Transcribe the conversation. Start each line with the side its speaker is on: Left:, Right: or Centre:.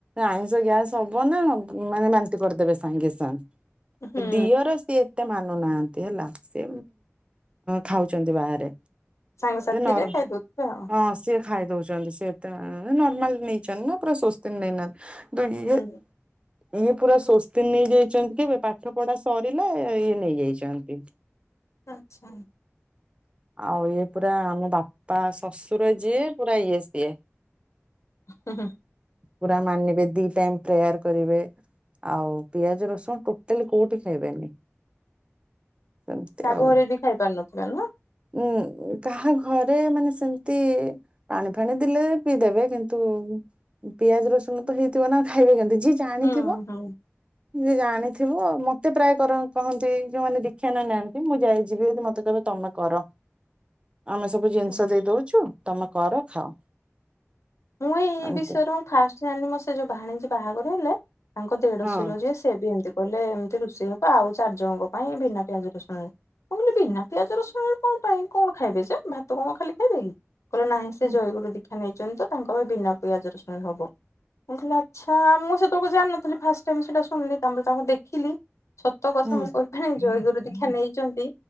Right: ଆଇଁଷ ଗ୍ୟାସ ହବନା ମ ମାନେ ବାନ୍ତି କରିଦେବେ ସାଙ୍ଗେ ସାଙ୍ଗ୍।
Left: ହୁଁ
Right: ଦିଅର ସିଏ ଏତେ ମାନ ନୁ ନାହାନ୍ତି ହେଲା ସେ ଖାଉଛନ୍ତି ବାହାରେ।
Left: ସାଙ୍ଗସାଥିରେ
Right: ଯେ ନର
Left: ଖାଇଦଉଥିବେ ଆଉ
Right: ହଁ ସେ ଖାଇ ଦଉଛନ୍ତି ସେତ ନର୍ମାଲ ନେଇଛନ୍ତି ନା ପୁରା ସ୍ୱସ୍ତିନ୍ ନେଇନାହାନ୍ତି। ଦୁଇଏ
Left: ହୁଁ
Right: ଇଏ ପୁରା ସ୍ୱସ୍ତିନ୍ ନେଇଯାଇଛନ୍ତି କି ପାଠ ପଢା ସରିଲା ଇଏ ନେଇଯାଇଛନ୍ତି।
Left: ଆଚ୍ଛା।
Right: ଆଉ ଇଏ ପୁରା ଆମ ବାପା ଶଶୁର ଯିଏ ପୁରା ଇଏ ସିଏ।
Left: ହୁଁ ହୁଁ।
Right: ପୁରା ମାନିବେ ଦି ଟାଇମ ପ୍ରେୟାର କରିବେ। ଆଉ ପିଆଜ ରସୁଣ ଟୋଟାଲ କୋଉଠି ଖାଇବେନି। ସେମିତି
Left: ତା
Right: ଆଉ।
Left: ଘରେବି ଖାଇ ପାରୁିନଥିବେ ନୁହଁ
Right: ଉଁ କାହା ଘରେ ମାନେ ସେମିତି ପାଣି ଫାଣି ଦେଲେ। ପିଇ ଦେବେ କିନ୍ତୁ ପିଆଜ ରସୁଣତ ଯେହେତୁ ମନା ଖାଇବେ କେମିତି? ଯେ ଜାଣିଥିବ।
Left: ହୁଁ ହୁଁ
Right: ଯେ ଜାଣିଥିବ ମତେ ପ୍ରାୟ କାର କହନ୍ତି ଯୋଉମାନେ ଦୀକ୍ଷା ନ ନିୟନ୍ତି ମୁଁ ଯାଇ ଯିବି ଯଦି ମତେ କହିବେ ତ ତମେ କର ଆମେ ସବୁ ଜିନିଷ
Left: ହୁଁ
Right: ଦେଇ ଦଉଛୁ ତମେ କର ଖାଅ।
Left: ମୁଁ ଏଇ
Right: ଏମତି
Left: ବିଷୟରେ ମୁଁ ଫାଷ୍ଟ ଜାଣିଲି ମୋର ସେ ଯୋଉ ଭାଣିଯି ବାହାଘର ହେଲେ। ତାଙ୍କ ଦେଢଶିୁର
Right: ହଁ
Left: ଯିଏ ସେ ବି ଏମତି। କହିଲେ ଏମିତି ରୁଷେଇ ହବ ଆଉ ଚାରି ଜଣଙ୍କ ପାଇଁ ବିନା ପିଆଜ ରୁଣରେ କଣ କହିଲେ ବିନା ପିଆଜ ରସୁଣରେ କଣ। ପାଇଁ କଣ ଖାଇବେ ଯେ ଭାତ କଣ ଖାଲି ଖାଇବେ କି କହିଲେ ନାହିଁ ସେ
Right: ହୁଁ
Left: ଜୟଗୁରୁ ଦୀକ୍ଷା ନେଇଛନ୍ତି ତ ତାଙ୍କ ପାଇଁ ବିନା ପିଆଜ ରସୁଣରେ ହବ। ମୁଁ କହିଲି ଆଚ୍ଛା ମୁଁ ସେ ତାକୁ ଜାଣିନଥିଲି ଫାଷ୍ଟ୍ ଟାଇମ୍ ସେଟା ଶୁଣିଲି ତାପରେ ତାଙ୍କୁ ଦେଖିଲି ସତ କଥା
Right: ହୁଁ
Left: ମୁଁ କହିପାରାନି ଜୈଗରୁ ଦୀକ୍ଷା ନେଇଛନ୍ତି